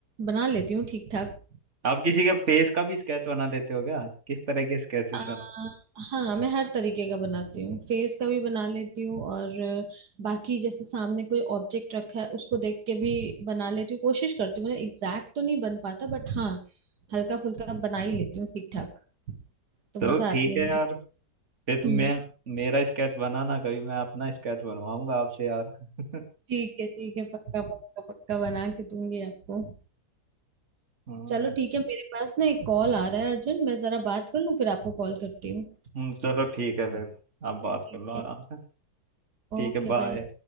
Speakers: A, on the right; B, on the right.
A: बना लेती हूँ ठीक ठाक
B: आप किसी के फेस का भी स्केच बना देते हो क्या किस तरह के स्केचेस
A: आ,
B: बनाते हो
A: हाँ मैं हर तरीके का बनाती हूँ फेस का भी बना लेती हूँ और अ, बाकी जैसे सामने कोई ऑब्जेक्ट रखा है उसको देख के भी बना लेती हूँ कोशिश करती हूँ मतलब एग्जैक्ट तो नहीं बन पाता बट हाँ हल्का फुल्का बना ही लेती हूँ ठीक ठाक तो
B: चलो
A: मजा आती
B: ठीक
A: है
B: है
A: मुझे
B: यार फिर तुम
A: हम्म
B: मैं मेरा स्केच बनाना कभी मैं अपना स्केच बनवाऊंगा आपसे यार <laughs>
A: ठीक है ठीक है पक्का पक्का पक्का बना के दूंगी आपको
B: हाँ
A: चलो ठीक है मेरे पास ना एक कॉल आ रहा है अर्जेंट मैं जरा बात कर लूँ फिर आपको कॉल करती हूँ
B: हम्म, चलो ठीक है फिर आप बात
A: ठीक
B: कर लो आराम
A: है
B: से ठीक
A: Okay
B: है बाय
A: bye